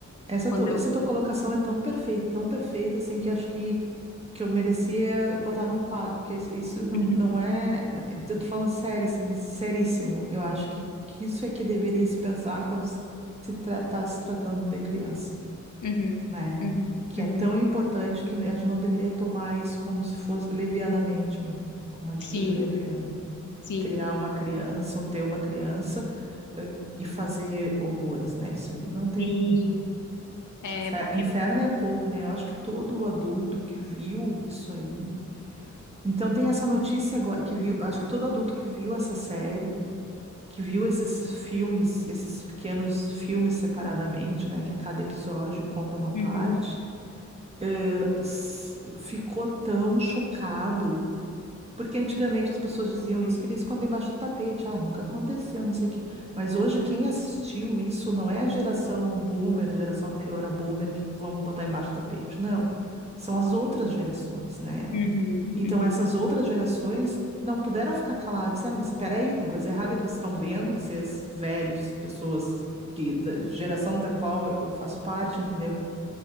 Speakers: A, on the right; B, on the left.
A: Essa,
B: quando
A: tu-
B: eu.
A: essa tua colocação é tão perfeita, tão perfeita, assim, que acho que, que eu merecia botar num quadro, porque isso isso não
B: <laughs>
A: não é. Eu tô falando sério, assim, seríssimo. Eu acho que, que isso é que deveria se pensar quando se, se tra- tá se tratando de criança.
B: Uhum,
A: né?
B: uhum,
A: Que
B: uhum.
A: é tão importante que a gente não deveria tomar isso como se fosse levianamente, né? Com uma atitude
B: Sim,
A: leviana.
B: sim,
A: Criar uma criança ou ter uma criança eh, e fazer horrores, né? Isso aí não tem.
B: sim. É
A: Infer-
B: porque.
A: Inferno é pouco, né? Eu acho que todo adulto que viu isso aí. Então tem essa notícia agora que viu, acho que todo adulto que viu essa série, que viu esses filmes, esses pequenos filmes separadamente, né, que a cada episódio conta uma parte,
B: Uhum,
A: eh, s- ficou tão chocado, porque antigamente as pessoas diziam isso, queria esconder embaixo do tapete, ah, nunca aconteceu, não sei o quê. Mas hoje quem assistiu isso não é a geração boomer, a geração anterior a boomer, que vamos botar embaixo do tapete, não. São as outras gerações, né?
B: uhum,
A: Então
B: uhum,
A: essas outras gerações não puderam ficar caladas, disseram, mas espera aí, tem coisa errada que vocês estão vendo, vocês velhos, pessoas que da geração da qual eu faço parte, entendeu?